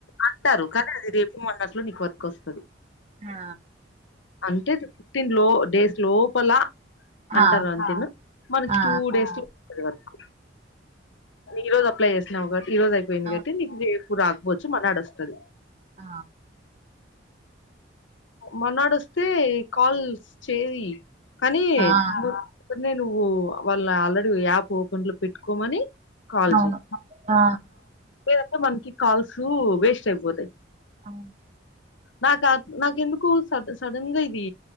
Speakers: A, on the left (about 75°); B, on the right (about 35°).
A: అంటారు కానీ అది రేపు మొన్నట్లు నీకు వర్క్ వస్తది
B: ఆ
A: అంటే ఫిఫ్టీన్ లో డేస్ లోపల అంటారు
B: ఆ
A: అంతను మనకి
B: ఆ
A: టూ డేస్ లో తది వర్కు ఈ రోజు అప్లై చేసినావుగ ఈ రోజు అయిపోయింది
B: అవును
A: కాట్టి నీకు రేపు రాద్ మర్నాడొస్తది
B: ఆ
A: మనాడొస్తే ఈ కాల్స్ చేయి కనీ
B: ఆ
A: కనీ నువ్వు వాళ్ళని ఆల్రెడీ యాప్ ఓపెన్ లో పెట్టుకోమని కాల్జెయ్
B: అవును ఆ
A: లేదతే మనకి కాల్స్ వేస్ట్ అయిపోతాయి
B: అవును
A: నాక నాకెందుకో సడ్ సడన్ గా ఇది